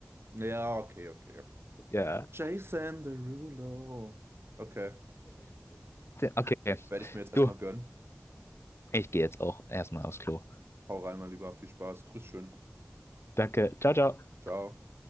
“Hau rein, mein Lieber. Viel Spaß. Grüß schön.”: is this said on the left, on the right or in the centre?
Right